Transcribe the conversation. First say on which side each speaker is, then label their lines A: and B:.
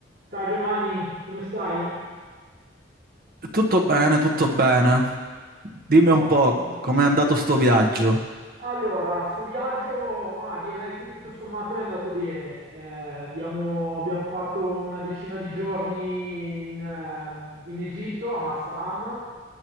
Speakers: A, on the right; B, on the right.
A: Ciao Giovanni, come stai?
B: Tutto bene, tutto bene. Dimmi un
A: Ottimo.
B: po' com'è andato sto viaggio.
A: Allora, sto viaggio, ma direi che tutto sommato è andato bene. Eh, abbiamo, abbiamo fatto una decina di giorni in, ehm, in Egitto, a Marsalam,